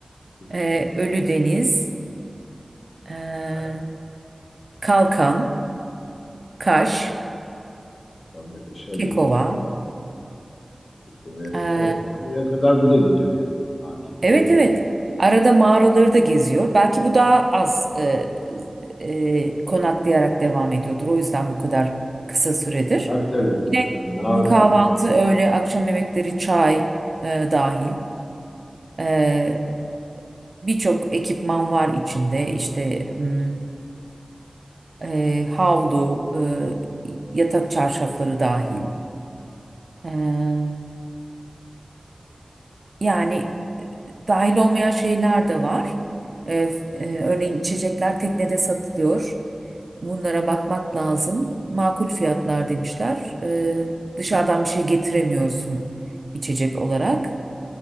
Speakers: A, on the left; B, on the right.
A: çok
B: Ee,
A: güzel.
B: Ölüdeniz, e,
A: Ben
B: Kalkan, Kaş,
A: Amerika aşağı
B: Kekova,
A: Dinamo. Kekko'ya-
B: e,
A: O Kekko'ya kadar bu da gidiyor yani. Daha Kekko'ya
B: Evet
A: gidiyor.
B: evet. Arada mağaraları da geziyor. Belki bu daha az e, e, konaklayarak devam ediyordur. O yüzden bu kadar kısa süredir.
A: Tabii tabii.
B: Yine
A: Tabii daha
B: m,
A: hızlı
B: kahvaltı,
A: gidiyor.
B: öğle, akşam yemekleri, çay e, dahil. E, birçok ekipman var içinde. İşte m, e, havlu, e, yatak çarşafları dahil. E, Yani e, dahil olmayan şeyler de var. E, e, örneğin içecekler teknede satılıyor. Bunlara bakmak lazım. Makul fiyatlar demişler. E, dışarıdan bir şey getiremiyorsun içecek olarak.